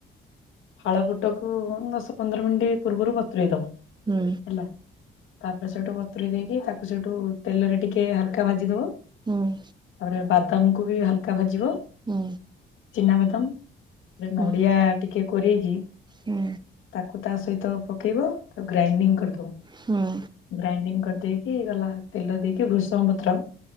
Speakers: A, on the left; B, on the right.
A: ଫାଳ ଫୁଟକୁ ଦଶ ପନ୍ଦର ମିନିଟ୍ ପୂର୍ବରୁ ବତୁରେଇ ଦବ
B: ହୁଁ।
A: ହେଲା ତାପରେ ସେଇଠୁ ବତୁରୀ ଦେଇକି ତାକୁ ସେଇଠୁ ତେଲରେ ଟିକେ ହାଲକା ଭାଜିଦବ
B: ହୁଁ।
A: ତାପରେ ବାଦାମକୁ ବି ହାଲକା ଭାଜିବ
B: ହୁଁ।
A: ଚିନା ବାଦାମ
B: ହୁଁ
A: ନଡିଆ ଟିକେ କୋରେଇକି
B: ହୁଁ।
A: ତାକୁ ତା ସହିତ ପକେଇବ ତାକୁ ଗ୍ରାଇଣ୍ଡିଙ୍ଗ କରିଦବ
B: ହୁଁ।
A: ଗ୍ରାଇଣ୍ଡିଙ୍ଗ କରିଦେଇକି ଗଲା ତେଲ ଦେଇକି ଭୃଷଙ୍ଗ ପତ୍ର